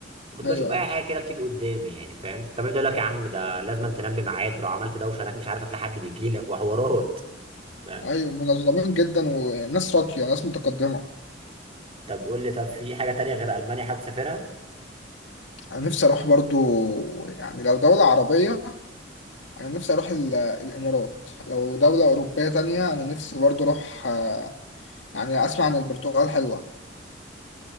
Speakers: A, on the right; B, on the left.
A: وكنت
B: ايوه
A: بشوف اي حاجه كده بتيجي قدامي يعني فاهم كان بيبدا يقول لك يا عم ده لازم تنام بميعاد ولو عملت دوشه هناك مش عارف هتلاقي حد بيجي لك وحوارات فاهم
B: ايوه منظمين جدا وناس راقيه ناس متقدمه
A: طب قول لي طب في حاجه تانية غير المانيا حابب تسافرها
B: انا نفسي اروح برضه يعني لو دوله عربيه انا نفسي اروح ال- الامارات لو دولة اوروبية تانية انا نفسي برضو اروح آه، يعني اسمع عن البرتغال حلوة